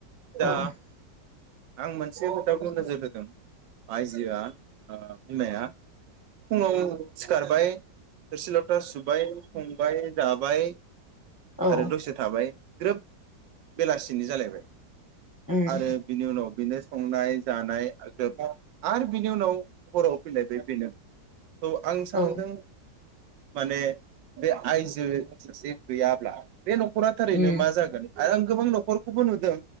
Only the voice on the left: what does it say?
औ
औ
उम
औ
उम